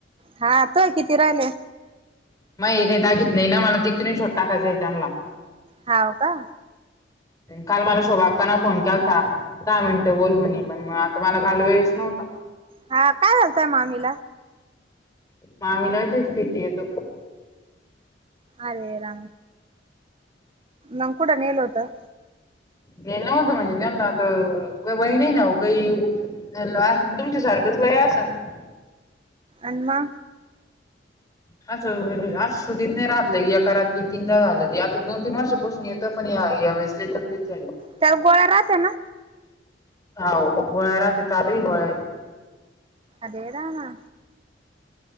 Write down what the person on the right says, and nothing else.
हा तोय किती राहिले.
हाव का?
हा काय झालतय मामीला
अरवे रा ग कुठं नेल होतं.
अन्मा
त्यावर गोळा्या रात ना
अेदा ना